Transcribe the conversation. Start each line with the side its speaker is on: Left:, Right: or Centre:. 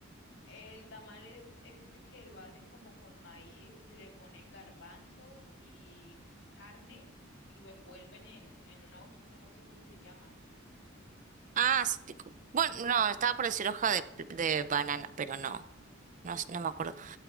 Left: El tamal es este que lo hacen como con maíz, y le ponen garbanzos y carne y lo envuelven en, en una hojita, no sé cómo se llama.
Right: Ah, sí, cu- bueno, no, estaba por decir hoja de, pl- de banana, pero no, no, s- no me acuerdo.